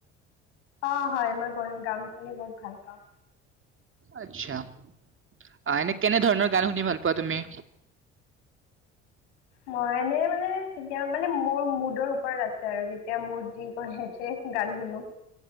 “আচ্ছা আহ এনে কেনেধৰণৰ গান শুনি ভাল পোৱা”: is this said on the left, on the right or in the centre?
Right